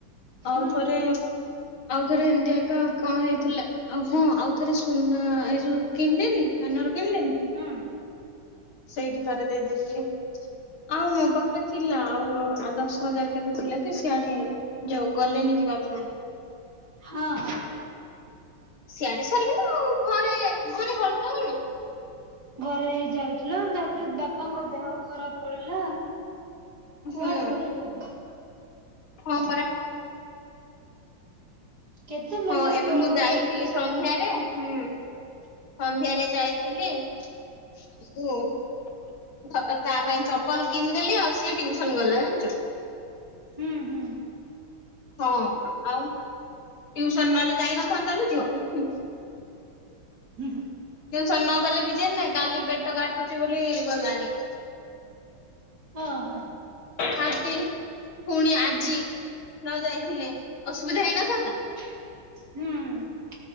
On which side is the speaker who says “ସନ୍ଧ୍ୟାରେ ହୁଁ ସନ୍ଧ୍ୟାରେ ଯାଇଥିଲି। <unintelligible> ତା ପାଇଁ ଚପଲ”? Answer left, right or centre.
Left